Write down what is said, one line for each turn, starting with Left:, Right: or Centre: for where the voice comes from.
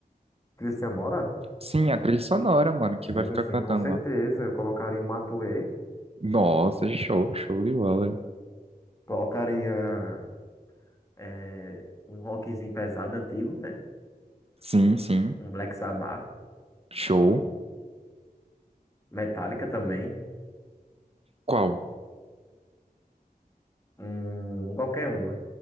Left: Cristian Mora?
Right: Sim, a trilha sonora, mano, que
Left: Sim,
Right: vai ficar
Left: sim,
Right: cantando
Left: com certeza.
Right: lá.
Left: Eu colocaria Matuê,
Right: Nossa, show, show de bola.
Left: colocaria eh, um rockzinho pesado antigo, né?
Right: Sim, sim.
Left: Um Black Sabbath,
Right: Show.
Left: Metallica também,
Right: Qual?
Left: um qualquer um.